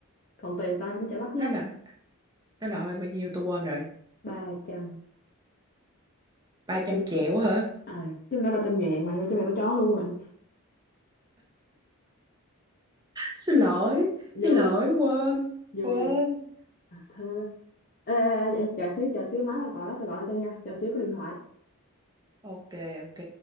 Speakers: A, on the left; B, on the right.
A: còn tiền tao thì nó trả lắt nhắt
B: nó nợ nó nợ bao nhiêu tôi quên rồi
A: ba trăm
B: ba trăm
A: tiền
B: triệu hả
A: à, chung là ba trăm ngàn mày ba trăm ngàn tao chó luôn rồi
B: xin lỗi
A: vui
B: xin lỗi quên
A: vui
B: quên
A: à, thôi thôi, ê, ê, ê, ê, chờ xíu chờ xíu má tao gọi đó tao gọi lại cho nha chờ xíu có điện thoại
B: ok ok